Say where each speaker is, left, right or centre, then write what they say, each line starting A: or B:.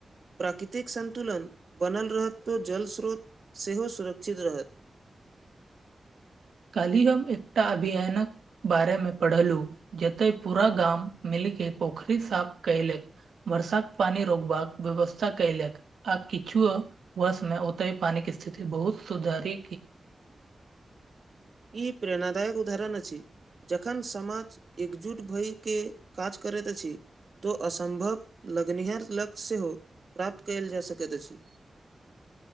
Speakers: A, on the right (about 50°); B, on the right (about 80°).
A: प्राकृतिक संन्तुलन बनल रहत तऽ जल स्रोत सेहो सुरक्षित रहत
B: काहि हम एकटा अभियानक। बारे मे पढ़लू जते पूरा गाम मिलके पोखरि साफ कलक। वर्षा कऽ पानी रोगबाक व्यवस्था कलक। आ किछु वर्ष मे ओते हा पानी के स्थिति बहुत सुधारी
A: ई प्रेरणादायक उदाहरण अछि। जखन समाज एकजुट भयके काज करैत अछि। तऽ असम्भव लगनिहार लक्ष्य सेहो प्राप्त कयल जऽ सकैत अछि।